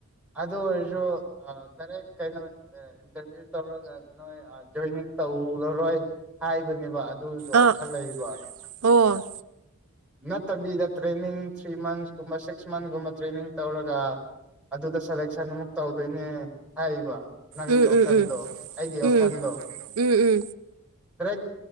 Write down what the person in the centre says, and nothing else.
ꯑꯗꯨ ꯑꯣꯏꯔꯁꯨ ꯑꯥ ꯗꯥꯏꯔꯦꯛ ꯀꯩꯅꯣ ꯑꯥ ꯏꯟꯇꯔꯚꯤꯌꯨ ꯇꯧꯔꯒ ꯅꯣꯏ ꯑꯥ ꯖꯣꯏꯅꯤꯡ ꯇꯧ ꯇꯧꯔꯔꯣꯏ ꯍꯥꯏꯕꯅꯦꯕ ꯑꯗꯨꯗꯣ
ꯑꯣꯞꯁꯟ ꯂꯩꯕ
ꯅꯠꯇꯕꯤꯗ ꯇ꯭ꯔꯦꯅꯤꯡ ꯊ꯭ꯔꯤ ꯃꯟꯁꯀꯨꯝꯕ ꯁꯤꯛꯁ ꯃꯟꯁꯀꯨꯝꯕ ꯇ꯭ꯔꯦꯅꯤꯡ ꯇꯧꯔꯒ ꯑꯗꯨꯗ ꯁꯦꯂꯦꯛꯁꯟ ꯑꯃꯨꯛ ꯇꯧꯗꯣꯏꯅꯦ ꯍꯥꯏꯔꯤꯕ ꯅꯪꯒꯤ
ꯑꯣꯞꯁꯟꯗꯣ
ꯑꯩꯒꯤ
ꯑꯣꯞꯁꯟꯗꯣ
ꯗ꯭ꯔꯦꯛ